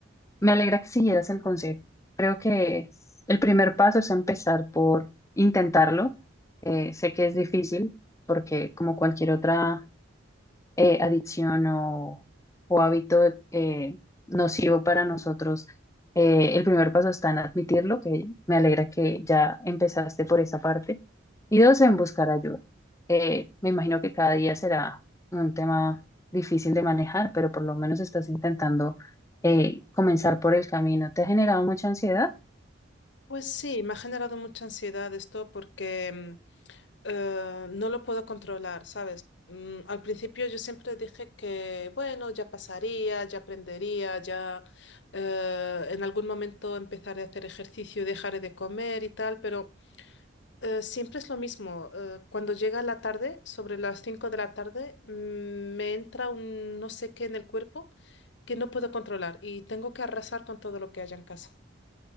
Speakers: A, on the left (about 15°); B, on the left (about 65°).
A: me alegra que siguieras el consejo. Creo que es- el primer paso es empezar por intentarlo. Eh, sé que es difícil porque como cualquier otra eh, adicción o, o hábito eh, nocivo para nosotros, eh, el primer paso está en admitirlo, que me alegra que ya empezaste por esa parte, y dos, en buscar ayuda. Eh, me imagino que cada día será un tema difícil de manejar, pero por lo menos estás intentando eh, comenzar por el camino. ¿Te ha generado mucha ansiedad?
B: Pues sí, me ha generado mucha ansiedad esto porque mm, eh, no lo puedo controlar, ¿sabes? Mm, al principio yo siempre dije que, bueno, ya pasaría, ya aprendería, ya eh, en algún momento empezaré a hacer ejercicio, dejaré de comer y tal, pero eh, siempre es lo mismo. Eh, cuando llega la tarde, sobre las 5 de la tarde, mm, me entra un no sé qué en el cuerpo que no puedo controlar y tengo que arrasar con todo lo que haya en casa.